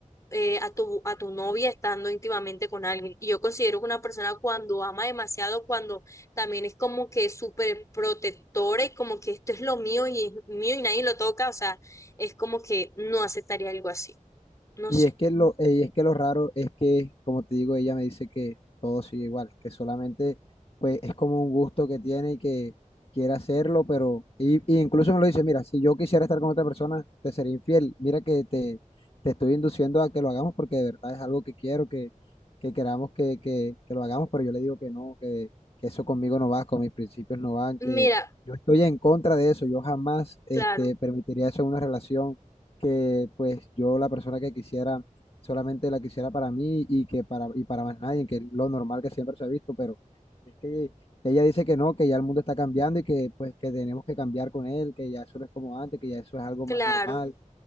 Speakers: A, on the left; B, on the left.
A: eh, a tu, a tu novia estando íntimamente con alguien. Y yo considero que una persona cuando ama demasiado, cuando también es como que súper protectora y como que esto es lo mío y es mío y nadie lo toca, o sea, es como que no aceptaría algo así, no
B: Y
A: sé.
B: es que lo, eh, y es que lo raro es que, como te digo, ella me dice que todo sigue igual, que solamente pues es como un gusto que tiene y que quiere hacerlo, pero, y, y incluso me lo dice, mira, si yo quisiera estar con otra persona, te sería infiel. Mira que te, te estoy induciendo a que lo hagamos porque de verdad es algo que quiero, que, que queramos que, que, que lo hagamos, pero yo le digo que no, que, que eso conmigo no va, con mis principios no van, que
A: Mira,
B: yo estoy en contra de eso, yo jamás este,
A: claro,
B: permitiría eso en una relación que pues yo la persona que quisiera solamente la quisiera para mí y que para y para más nadie, que es lo normal que siempre se ha visto, pero es que ella dice que no, que ya el mundo está cambiando y que pues que tenemos que cambiar con él, que ya eso no es como antes, que ya eso es algo
A: claro,
B: más normal,